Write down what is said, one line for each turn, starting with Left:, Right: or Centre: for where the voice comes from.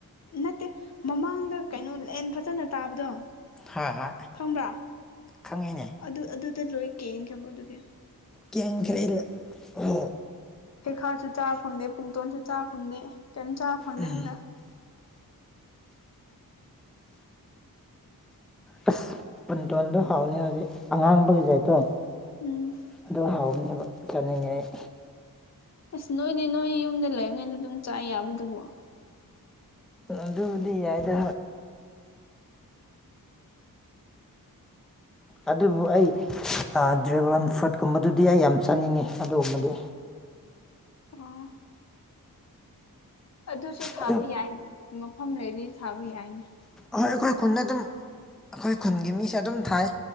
Left: ꯅꯠꯇꯦ ꯃꯃꯥꯡꯗ ꯀꯩꯅꯣ ꯂꯦꯟ ꯐꯖꯅ ꯇꯥꯕꯗꯣ
Centre: ꯍꯥꯥ ꯍꯥ
Left: ꯈꯪꯕ꯭ꯔ
Centre: ꯈꯪꯉꯤꯅꯦ
Left: ꯑꯗꯨ ꯑꯗꯨꯗ ꯂꯣꯏ ꯀꯦꯟꯈꯔꯕ ꯑꯗꯨꯗꯤ
Centre: ꯀꯦꯟꯈ꯭ꯔꯦ ꯑꯣ
Left: ꯍꯩꯈꯥꯁꯨ ꯆꯥꯕ ꯐꯪꯗꯦ ꯄꯨꯡꯇꯣꯟꯁꯨ ꯆꯥ ꯐꯪꯗꯦ ꯀꯩꯝ ꯆꯥꯕ ꯐꯪꯗꯦ
Centre: ꯎꯝ
Left: ꯍꯟꯗꯛ
Centre: ꯑꯁ ꯄꯨꯟꯇꯣꯟꯗꯣ ꯍꯥꯎꯅꯤ ꯍꯧꯖꯤꯛ ꯑꯉꯥꯡꯕꯒꯤꯒꯗꯣ
Left: ꯎꯝ
Centre: ꯑꯗꯨ ꯍꯥꯎꯕꯅꯦꯕ ꯆꯥꯅꯤꯡꯉꯦ ꯑꯩ
Left: ꯑꯁ ꯅꯣꯏꯗꯤ ꯅꯣꯏ ꯌꯨꯝꯗ ꯂꯩꯕꯅꯤꯅ ꯑꯗꯨꯝ ꯆꯥ ꯌꯥꯕꯗꯨꯕꯨ
Centre: ꯑꯗꯨꯕꯨꯗꯤ ꯌꯥꯏ ꯑꯗꯣ ꯑꯗꯨꯕꯨ ꯑꯩ ꯗ꯭ꯔꯦꯒꯣꯟ ꯐ꯭ꯔꯨꯏꯠꯀꯨꯝꯕꯗꯨꯗꯤ ꯑꯩ ꯌꯥꯝ ꯆꯥꯅꯤꯡꯉꯤ ꯑꯗꯨꯒꯨꯝꯕꯗꯤ
Left: ꯑꯣ ꯑꯗꯨꯁꯨ ꯊꯥꯕ
Centre: ꯑꯗꯨ
Left: ꯌꯥꯏ ꯃꯐꯝ ꯂꯩꯔꯗꯤ ꯊꯥꯕ ꯌꯥꯏꯅꯦ
Centre: ꯍꯣꯏ ꯑꯩꯈꯣꯏ ꯈꯨꯟꯗ ꯑꯗꯨꯝ ꯑꯩꯈꯣꯏ ꯈꯨꯟꯒꯤ ꯃꯤꯁꯦ ꯑꯗꯨꯝ ꯊꯥꯏ